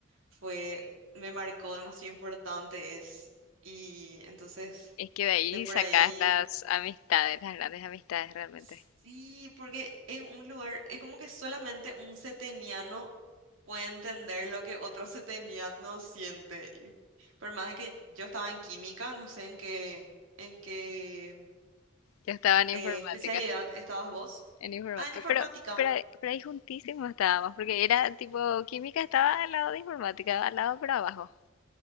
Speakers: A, on the right (about 75°); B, on the left (about 80°).
A: fue, me marcó demasiado importante es. Y entonces,
B: Es que de ahí
A: de por
B: sacás
A: ahí.
B: las amistades, las grandes amistades realmente.
A: Sí, porque es un lugar, es como que solamente un seteniano puede entender lo que otro seteniano siente. Y Por más que yo estaba en química, no sé en qué, en qué
B: Yo estaba en informática.
A: eh, especialidad estabas vos.
B: en informática.
A: Ah, en informática.
B: Pero, pero, ahí- pero ahí juntísimos estábamos, porque era tipo, química estaba al lado de informática, al lado para abajo.